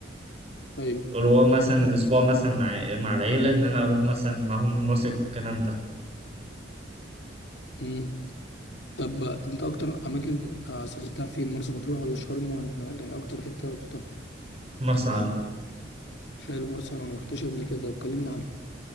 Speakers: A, on the left; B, on the right.
A: أيوة
B: اللي هو مثلا الأسبوع مثلا مع مع العيلة إن أنا أروح مثلا معاهم المصيف والكلام ده
A: مم. طب آه، أنت أكتر أماكن آه، سافرتها فين مرسى مطروح ولا شرم ولا يعني أكتر حتة رحتها
B: مرسى علم
A: حلو مرسى أنا ما رحتهاش قبل كده طب كلمني عنها